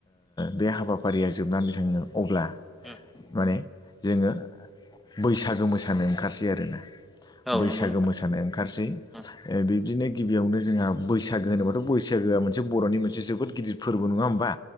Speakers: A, on the left; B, in the centre.
A: बे हाबाफारिया जोबनानै थाङो अब्ला
B: उम
A: माने जोङो बैसागो मोसानो ओंखारसै आरोना
B: औ
A: बैसागो
B: नंगौ नोंथां
A: मोसानाय ओंखारसै
B: उम
A: बिब्दिनो गिबियावनो जोंहा बैसाग बैसागो होनोबाथ' बैसागोआ मोनसे बर'नि मोन जोबोद गिदिर फोरबो नङा होनबा